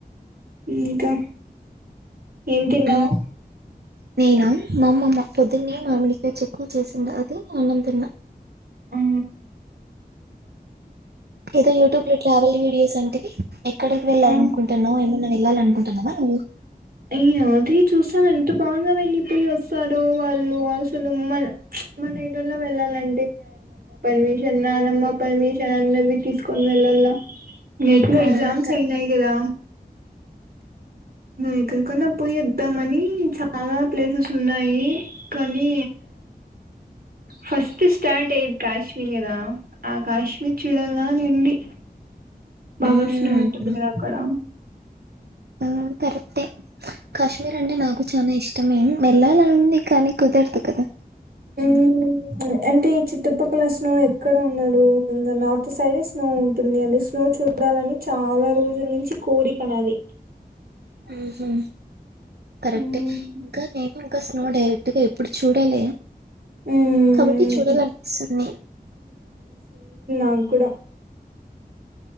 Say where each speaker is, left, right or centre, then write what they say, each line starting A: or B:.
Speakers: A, on the right; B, on the right.
A: ఇంకా ఏం తిన్నావు
B: మ్మ్ నేనా మా అమ్మమ్మ పొద్దున్నే మామిడికాయ చట్నీ చేసిండ అది అన్నంతిన్న
A: ఆ
B: ఏదో యూట్యూబ్ లో ట్రావెల్ వీడియోస్ అంటివి ఎక్కడికి వెళ్ళాల
A: ఆ
B: అనుకుంటున్నావు ఏమైనా వెళ్ళాల అనుకుంటున్నావా నువ్వు
A: యే అది చూసాను. ఎంత బాగా వెళ్ళిపోయి, వస్తారో, వాళ్ళు అసలు మన మన ఇళ్ళల్లో వెళ్ళాలంటే, అమ్మమ్మ పర్మిషన్, నానమ్మ పర్మిషన్, అందరివి తీసుకొని వెళ్ళాల. నీకు
B: ఆ
A: ఎగ్జామ్స్
B: కరెక్టే
A: అయినాయి కదా ఎక్కడికన్నా పోయిద్దామని చాలా ప్లేసెస్ ఉన్నాయి. కానీ ఫస్ట్ స్టార్ట్ అయ్యేది కాశ్మీర్ కదా. ఆ కాశ్మీర్ చూడలా అని ఉంది బాగా
B: మ్మ్
A: స్నో ఉంటుంది కదా అక్కడ.
B: ఆ కరెక్టే కాశ్మీర్ అంటే నాకు చాలా ఇష్టమే వెళ్లాలని ఉంది కాని కుదరదు కదా
A: ఉ అంటే ఈ చుట్టుపక్కల స్నో ఎక్కడ ఉండదు. ఇంకా నార్త్ సైడే స్నో ఉంటుంది. అంటే స్నో చూడాలని చాలా రోజుల నుంచి కోరికనది.
B: ఉహు కరెక్ట్
A: మ్మ్
B: ఏ ఇంకా నేను ఇంకా స్ నోడే అంటే ఎప్పుడు చూడాలి
A: మ్మ్
B: కాబట్టి చూడాల అనిపిస్తుంది
A: అం కూడా